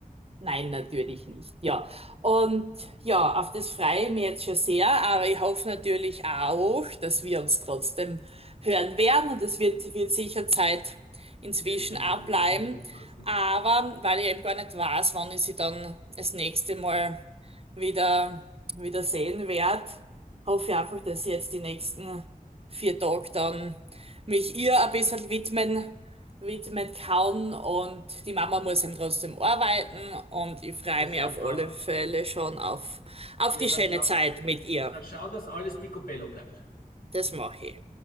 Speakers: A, on the right (about 40°); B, on the left (about 80°).
A: Nein, natürlich nicht, ja. Und ja, auf das freue ich mich jetzt schon sehr, aber ich hoffe natürlich auch, dass wir uns trotzdem hören werden und es wird, wird sicher Zeit inzwischen
B: Wird sicher,
A: auch bleiben.
B: wird sicher gut passen.
A: Aber weil ich eben gar nicht weiß, wann ich sie dann das nächste Mal wieder, wieder sehen werde, hoffe ich einfach, dass ich jetzt die nächsten vier Tage dann mich ihr ein bisschen widmen widmen kann und die Mama muss eben trotzdem arbeiten und ich freue
B: Ist
A: mich
B: sehr
A: auf
B: brav.
A: alle Fälle schon auf, auf
B: Ja,
A: die
B: dann
A: schöne
B: schau,
A: Zeit mit ihr.
B: dann schau, dass alles picobello bleibt.
A: Das mache ich.